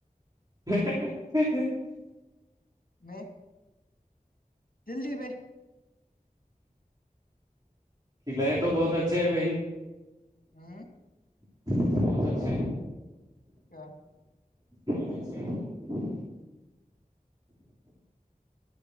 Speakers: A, on the right; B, on the left.
A: ಹ
B: ಮೆ ಜಲ್ದಿ ಬೇ
A: <unintelligible> ಕಲಾಯ ಬಹತ್ ಅಛೆ ಭೈ
B: ಹ್ಮ
A: <unintelligible> ಬೌತ್ ಅಚ್ಚ
B: ಹ
A: ಹ <inaudible>